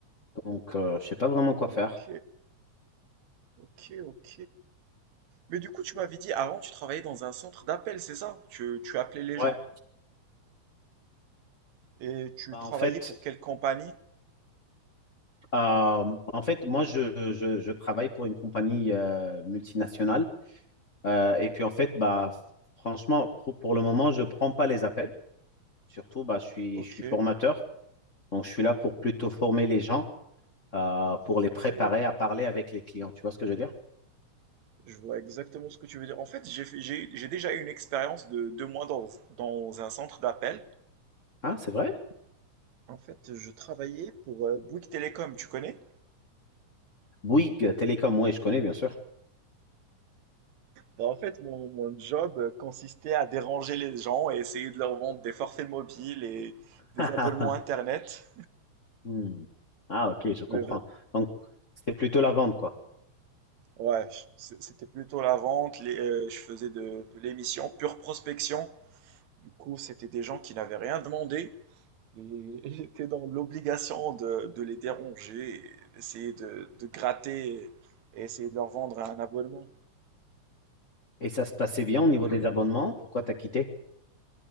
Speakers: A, on the left; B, on the right.
A: Donc, euh, je ne sais pas vraiment
B: Ah,
A: quoi faire.
B: ok, ok, ok. Mais du coup, tu m'avais dit avant, tu travaillais dans un centre d'appel, c'est ça? Tu, tu appelais les
A: Ouais,
B: gens et tu
A: bah,
B: travaillais
A: en fait,
B: pour quelle compagnie?
A: euh, en fait, moi, je, je, je travaille pour une compagnie euh, multinationale. Euh, et puis, en fait, bah, franchement, pour, pour le moment, je ne prends pas les appels. Surtout, bah, je suis,
B: Ok.
A: je suis formateur. Donc, je suis là pour plutôt former les gens. euh, pour
B: Ah, Ok,
A: les préparer à parler avec les clients. Tu vois ce que je veux dire?
B: je vois exactement ce que tu veux dire. En fait, j'ai fait- j'ai- j'ai déjà eu une expérience de deux mois dans, dans un centre d'appel.
A: Ah, c'est vrai?
B: En fait, je travaillais pour euh, Bouygues Télécom, tu connais?
A: Bouygues Télécom, oui, je connais, bien sûr.
B: Ben, en fait, mon, mon job euh, consistait à déranger les gens et essayer de leur vendre des forfaits mobiles et des
A: <laughs>
B: abonnements
A: Ah,
B: Internet.
A: hmm. Ah, ok, je comprends.
B: Mais vra-
A: Donc, c'était plutôt la vente, quoi.
B: ouais, je- c- c'était plutôt la vente. les- euh, je faisais de, de l'émission pure prospection. Du coup, c'était des gens qui n'avaient rien demandé et <laughs> j'étais dans l'obligation de, de les déranger, et essayer de, de gratter et essayer de leur vendre un abonnement.
A: Et ça se passait bien au niveau des abonnements? Pourquoi t'as quitté?